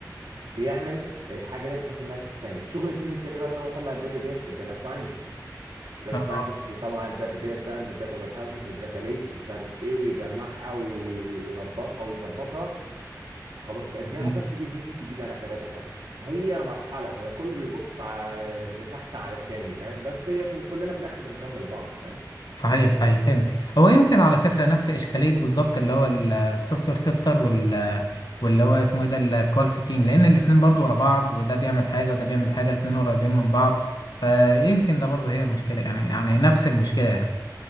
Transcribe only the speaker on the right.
بيعمل الحاجه دي بحيث انها تتسيب شغله مين التاني بقى ان هو يطلع الداتا ديت الداتا ساينتست الداتا
ساينتست بيطلع الداتا ديت بقى من الداتا وير هاوسز والداتا ليكس ومش عارف ايه ويجمعها وي- وي- وي- وينظفها ويظبطها خلاص بقت جاهزه
تيجي لمين تيجي لي انا كداتا اناليست هي مرحله فكله بيبص على لتحت على التاني فاهم بس هي في ال- كلنا في الاخر بنكمل بعض فاهم